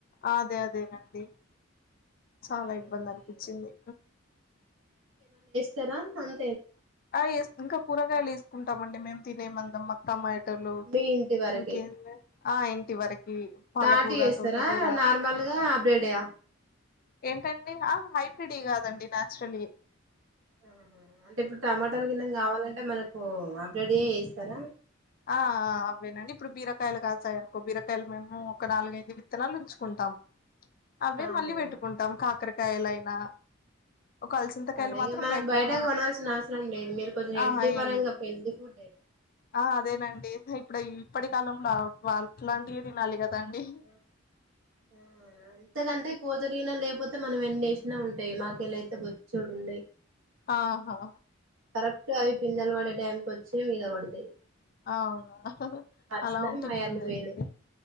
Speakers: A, on the left (about 45°); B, on the right (about 70°).
A: అదే అదే అండి చాలా ఇబ్బంది
B: ఏందో
A: అనిపించింది
B: ఏమో చెరా మళ్ళీ
A: ఆ వేస్ ఇంకా కూరగాయలు వేసుకుంటామండి మేము తినే మందం మత్తమ్మా తలు
B: మీ ఇంటి వరకే
A: ఇంకెందే ఆ ఇంటి వరకు ఈ పాలకురా
B: నాటు వేస్తారా
A: తోటకురా
B: నార్మల్గా అబ్రేడ్యా
A: ఏంటండి హైబ్రీడ కాదండి నాచురలే
B: ఆహా అంటే ఇప్పుడు టమాటాల కిన్నె కావాలంటే మనకు అప్ రెడి ఇస్తారా
A: ఆ ఆ అవేనండి ఇప్పుడు బీరకాయలు కాశాయి అనుకో బీరకాయలు మేము ఒక నాలుగైదు విత్తనాలు ఉంచుకుంటాం అవే
B: ఆహా
A: మళ్ళీ పెట్టుకుంటాం కాకరకాయలయినా ఒక అలసింతకాయలు
B: అదే ఇగ
A: మాత్రం
B: మనకు బయట
A: ఆ
B: కొనాల్సిన అవసరం లేదు మీరు కొంచెం హెల్తీ
A: ఆహా
B: పరంగా
A: ఏం లేదు
B: హెల్తీ ఫుడే
A: ఆ అదేనండి ఇప్పుడు ఇప్పటికి కాలంలో వాట్లాంటివి తినాలి కదండి
B: ఆ ఆ ఎంతకంటే కూతురునా లేకపోతే మనం ఎన్ని వేసిన ఉంటాయి మాకు ఎలాయితే బొచ్చోడు ఉండాయి
A: ఆహా హా
B: కరెక్ట్ అవి పిందలు పడే టైంకి వచ్చి మీద పడతాయి
A: అవునా
B: అట్లా
A: అలా ఉంటే
B: మాయన్ని
A: ఇబ్బందిదండి
B: పోయినాయి